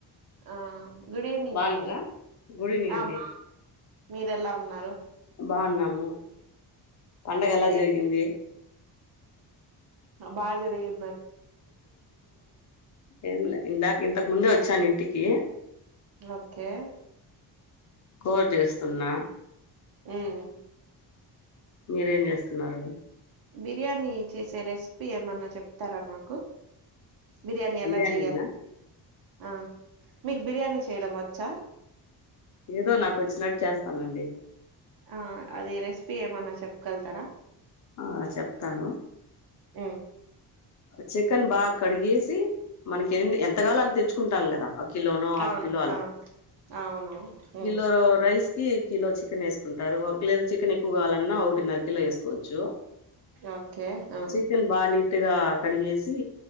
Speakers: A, on the right (about 60°); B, on the left (about 45°).
A: ఆ గుడ్ ఈవనింగ్
B: బాగున్నారా
A: అండి
B: గుడ్ ఈవినింగ్
A: ఆ
B: అండి
A: బా మీరేఎలా ఉన్నారు
B: బాగున్నాము పండగ ఎలా
A: ఏం
B: జరిగింది
A: అబ్బా జర చే
B: ఏం లే ఇందాక ఇంతకు ముందే వచ్చాను ఇంటికి
A: ఓకే
B: కోడ్ చేస్తున్నా
A: ఉహు
B: మీరే ఎం చేస్తున్నారు
A: బిర్యానీ చేసే రెసిపీ ఏమన్నా చెప్ చెప్తారా నాకు బిర్యానీ
B: బిర్యానీనా
A: ఎలా చెయాలి ఆ మీకు బిర్యానీ చేయడం వచ్చా
B: ఏదో నాకు వచ్చినట్టు చేస్తానండి
A: ఆ అది రెసిపీ ఏమన్నా చెప్పగలుతారా
B: ఆ చెప్తాను
A: హు
B: చికెన్ బాగా కడిగేసి మనకి ఎ ఎంత గావాలో అంత తెచ్చుకుంటాం కదా కిలోను ఆఫ్
A: అవును
B: కిలోను అలా
A: ఆ అవును ఉమ్
B: కిలో ర రైస్ కిలో చికెన్ వేసుకుంటారు ఒక లేదు చికెన్ ఎక్కువ కావాలన్నా ఒకటిన్నర కిలో వేసుకోవచ్చు
A: ఓకే ఆ
B: చికెన్ బా నీటుగా కడిగేసి